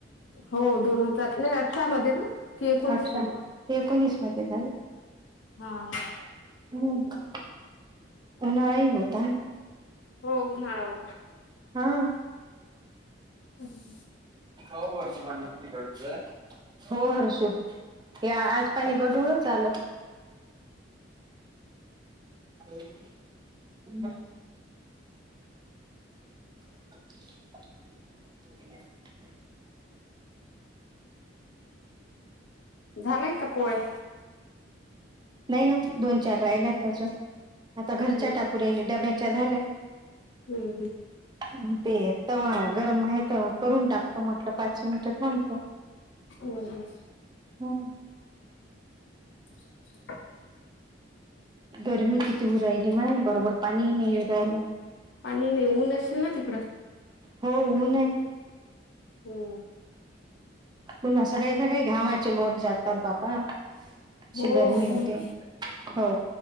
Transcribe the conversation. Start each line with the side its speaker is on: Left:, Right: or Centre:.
Left: हो दोन हजार नाही अठरा मध्ये ना की एकोणीस
Right: अठरा
Left: मध्ये.
Right: एकोणीस मध्ये झालं
Left: हा हा.
Right: हम्म उन्हाळाही होता ना.
Left: हो उन्हाळा होता.
Right: हा.
Left: हम्म.
Right: का ओ वरचं पाणी किती गडतय. हो हर्ष हे आज पाणी गडूळचं आलं हम्म. <inaudible>
Left: झालाय का पोळ्या.
Right: नाही ना दोन चार राहिल्यात अजून आता घरच्या
Left: हम्म
Right: टाकू राहिले डब्याच्या झाल्या.
Left: हम्म हम्म.
Right: मग ते तवा गरम आहे तर करून टाकतो म्हटलं पाच मिनिटं थांबतो.
Left: हं हं.
Right: हम्म.
Left: <inaudible>
Right: गरमी किती होऊ राहिली माय बरोबर पाणीही नाही राहिलं.
Left: आणि नाई ऊन अशील ना तिकडं.
Right: हो ऊनयं.
Left: हम्म.
Right: पुन्हा सकाळी सकाळी घामाचे लोट जातात बापा. अशी
Left: हो
Right: गरमी होते
Left: ऊन
Right: हो.